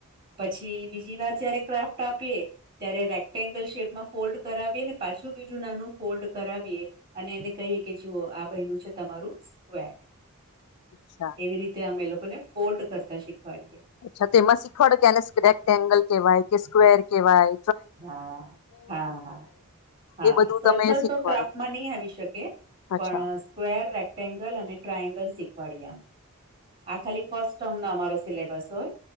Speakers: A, on the right; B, on the left.
A: પછી બીજી વાર જયારે ક્રાફ્ટ આપીએ. ત્યારે રેક્ટેંગલ શેપમાં ફોલ્ડ કરાવીએ ને પાછું બીજું નાનું ફોલ્ડ કરાવીએ. અને એને કહીએ કે જુઓ આ બયનું છે તમારું સ્ક્વેર.
B: અચ્છા.
A: એવી રીતે અમે લોકોને ફોર્ડ કરતા શીખવાડીએ.
B: અચ્છા તો એમાં શીખવાડો કે એને રેક્ટ એંગલ કેવાય કે સ્કવેર કેવાય.
A: હા હા હા. હા
B: એ બધું
A: સર્કલ
B: તમે શીખવાડો
A: તો ટ્રાફમાં નહી આવી શકે પણ.
B: અચ્છા
A: સ્ક્વેર રેક્ટેંગલ અને ટ્રાાયંગલ શીખવાડીએ અ આ ખાલી ફર્સ્ટ ટર્મ ન અમારો. સિલેબસ હોય